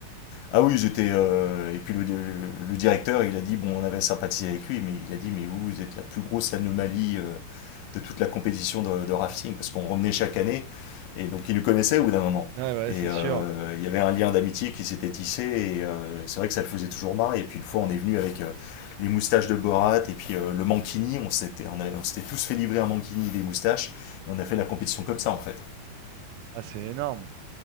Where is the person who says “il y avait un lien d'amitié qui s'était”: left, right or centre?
Left